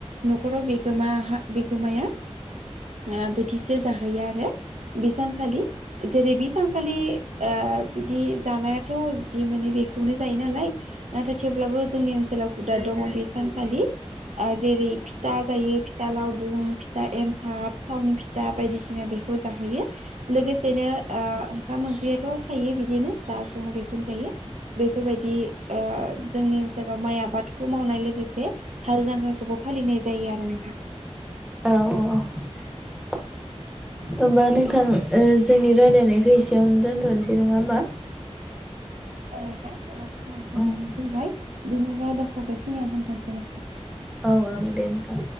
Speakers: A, on the right; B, in the centre.
A: न'खराव जमाहा बिगोमाया ओ बोथिसे जाहोयो आरो बि सानखालि जेरै बि सानखालि ओ बिदि जानायाथ' जि मोनो बेखौनो जायो नालाय नाथाय थेवब्लाबो जोंनि ओनसोलाव हुदा दङ बे सानखालि ओ जेरै फिथा जायो फिथा लावदुम फिथा एन्थाब थावनि फिथा बायदिसिना बेखौ जाहोयो। लोगोसेनो ओ ओंखाम ओंख्रियाथ' थायो बिदिनो जा सङो बेखौनो जायो‌। बेफोरबायदि ओ जोंनि ओनसोलाव माइ आबादखौ मावनाय लोगोसे हाल जांग्राखौबो फालिनाय जायो आरो नोंथां।
B: औ औ औ। होमबा नोंथां ओ जोंनि रायलायनायखौ एसेयावनो दोनथ'नोसै नङा होमबा?
A: <unintelligible> जोंना समाबो जानानैनानै
B: ओं
A: फैबाय दिनैनि आयदाखौ बेखिनियाव दोनथ'नोसै नोंथां।
B: औ औ दे नोंथां।